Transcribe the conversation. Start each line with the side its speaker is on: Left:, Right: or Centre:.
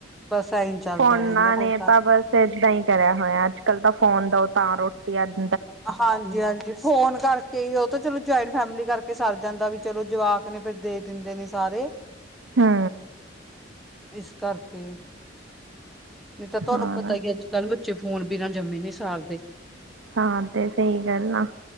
Centre: ਬਸ ਐਈ ਚੱਲਦਾ
Right: ਫੋਨਾਂ
Centre: ਰਹਿੰਦਾ
Right: ਨੇ
Centre: ਫਿਰ
Right: ਤਾਂ ਬਸ ਏਦਾਂ ਈ ਕਰਿਆ ਹੋਇਆ ਅੱਜ ਕੱਲ ਤਾਂ ਫੋਨ ਦੋ ਤਾਂ ਰੋ ਪਿਆਜ <unintelligible>
Centre: ਹਾਂਜੀ-ਹਾਂਜੀ, ਫੋਨ ਕਰਕੇ ਕਈ ਉਹ ਤਾਂ ਚਲੋ, ਜੁਆਇੰਟ ਫੈਮਿਲੀ ਕਰਕੇ ਸਰ ਜਾਂਦਾ ਵੀ ਚਲੋ ਜਵਾਕ ਨੇ ਫੇਰ ਦੇ ਦਿੰਦੇ ਨੇ ਸਾਰੇ
Right: ਹੂੰ,
Centre: ਇਸ ਕਰਕੇ ਨਹੀਂ ਤਾਂ ਤੁਹਾਨੂੰ
Right: ਹੋਰ
Centre: ਪਤਾ ਏ ਅੱਜ ਕੱਲ੍ਹ ਚੇ ਫੋਨ ਬਿਨਾਂ ਜੰਮੇ ਨਹੀਂ ਸਾਰਦੇ।
Right: ਹਾਂ, ਤੇ ਸਹੀ ਗੱਲ ਆ।